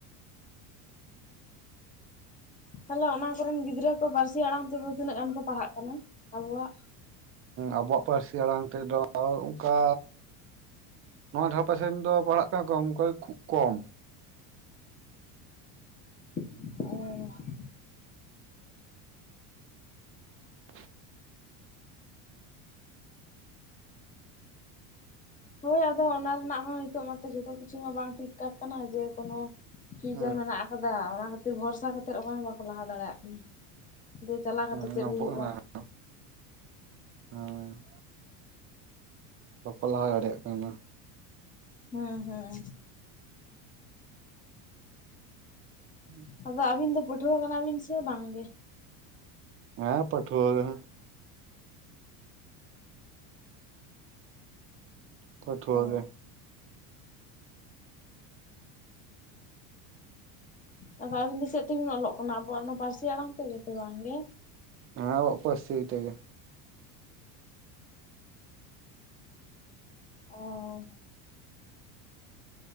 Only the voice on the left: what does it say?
ᱛᱟᱦᱚᱞᱮ ᱚᱱᱟ ᱠᱚᱨᱮᱱ ᱜᱤᱫᱽᱨᱟᱹ ᱠᱚ ᱯᱟᱹᱨᱥᱤ ᱟᱲᱟᱝ ᱛᱮᱫᱚ ᱛᱤᱱᱟᱹᱜ ᱜᱟᱱ ᱠᱚ ᱯᱟᱲᱦᱟᱜ ᱠᱟᱱᱟ ᱟᱵᱚᱣᱟᱜ?
ᱚᱻ
ᱦᱳᱭ ᱟᱫᱚ ᱚᱱᱟ ᱨᱮᱱᱟᱜ ᱦᱚᱸ ᱱᱤᱛᱚᱜ ᱢᱟᱛᱚ ᱡᱚᱛᱚ ᱠᱤᱪᱷᱩ ᱢᱟ ᱵᱟᱝ ᱴᱷᱤᱠ ᱴᱷᱟᱠ ᱠᱟᱱᱟ ᱡᱮ ᱠᱳᱱᱚ ᱯᱷᱤᱭᱩᱪᱟᱨ
ᱢᱮᱱᱟᱜ ᱟᱠᱟᱫᱟ ᱚᱱᱟ ᱠᱷᱟᱹᱛᱤᱨ ᱵᱷᱚᱨᱥᱟ ᱠᱟᱛᱮᱫ ᱚᱠᱚᱭ ᱦᱚᱸ ᱵᱟᱠᱚ ᱞᱟᱦᱟ ᱫᱟᱲᱮᱭᱟᱜ ᱠᱟᱱᱟ᱾ ᱡᱮ ᱪᱟᱞᱟᱣ
ᱠᱟᱛᱮᱫ ᱪᱮᱫ ᱦᱩᱭᱩᱜᱼᱟ
ᱦᱮᱸ ᱦᱮᱸ᱾
ᱟᱫᱚ ᱟᱹᱵᱤᱱ ᱫᱚ ᱯᱟᱹᱴᱷᱩᱣᱟᱹ ᱠᱟᱱᱟ ᱵᱤᱱ ᱥᱮ ᱵᱟᱝ ᱜᱮ?
ᱚ
ᱟᱫᱚ ᱟᱹᱵᱤᱱ ᱫᱚ ᱪᱮᱫ ᱛᱮᱵᱤᱱ ᱚᱞᱚᱜ ᱠᱟᱱᱟ ᱟᱵᱚᱣᱟᱜ ᱱᱚᱣᱟ ᱯᱟᱹᱨᱥᱤ ᱟᱲᱟᱝ ᱛᱮᱜᱮ ᱥᱮ ᱵᱟᱝ ᱜᱮ?
ᱚᱻ